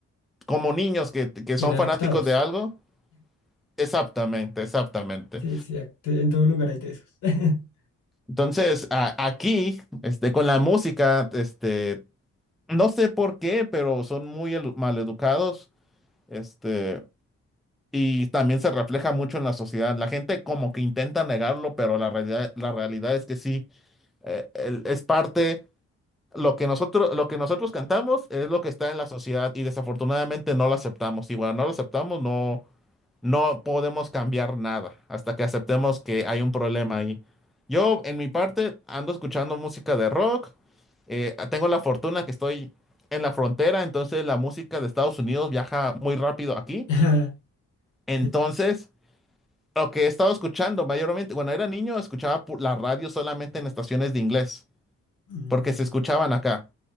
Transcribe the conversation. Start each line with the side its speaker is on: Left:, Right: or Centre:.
Centre: como niños que, que
Left: Inadaptados.
Centre: son fanáticos de algo. Exactamente, exactamente.
Left: Sí, sí, act- en todo lugar hay de esos. <laughs>
Centre: Entonces, a- aquí, este, con la música, este No sé por qué, pero son muy elu- maleducados, este, y también se refleja mucho en la sociedad. La gente como que intenta negarlo, pero la realidad, la realidad es que sí, eh, el- es parte, lo que nosotros, lo que nosotros cantamos es lo que está en la sociedad y desafortunadamente no lo aceptamos. Y bueno, no lo aceptamos, no, no podemos cambiar nada hasta que aceptemos que hay un problema ahí. Yo, en mi parte, ando escuchando música de rock. eh, tengo la fortuna que estoy en la frontera, entonces la música de Estados Unidos viaja muy rápido aquí.
Left: Ajá,
Centre: Entonces,
Left: Sí.
Centre: lo que he estado escuchando mayormente, cuando era niño, escuchaba pu- la radio solamente en estaciones de inglés,
Left: Mm,
Centre: porque se escuchaban acá.